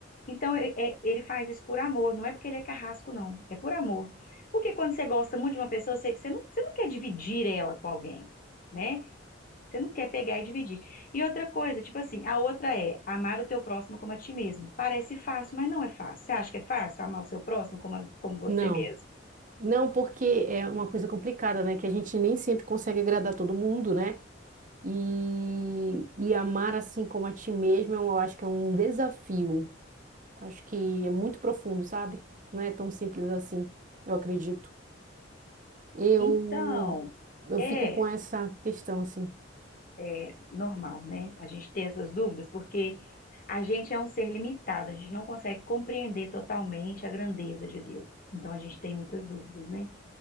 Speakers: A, on the left; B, on the right.
A: Então, e- é- ele faz isso por amor, não é porque ele é carrasco, não. É por amor. Porque quando você gosta muito de uma pessoa, você, você não, você não quer dividir ela com alguém, né? Você não quer pegar e dividir. E outra coisa, tipo assim, a outra é amar o teu próximo como a ti mesmo. Parece fácil, mas não é fácil. Você acha que é fácil amar o seu próximo como, a- como você
B: Não.
A: mesmo?
B: Não, porque é uma coisa complicada, né? Que a gente nem sempre consegue agradar todo mundo, né? E, e amar assim como a ti mesmo, eu acho que é um desafio. Acho que é muito profundo, sabe? Não é tão simples assim, eu acredito. Eu,
A: Então,
B: eu
A: é.
B: fico com essa questão, assim.
A: é normal, né? A gente ter essas dúvidas, porque a gente é um ser limitado, a gente não consegue compreender totalmente a grandeza de Deus. Então a gente tem muitas dúvidas, né?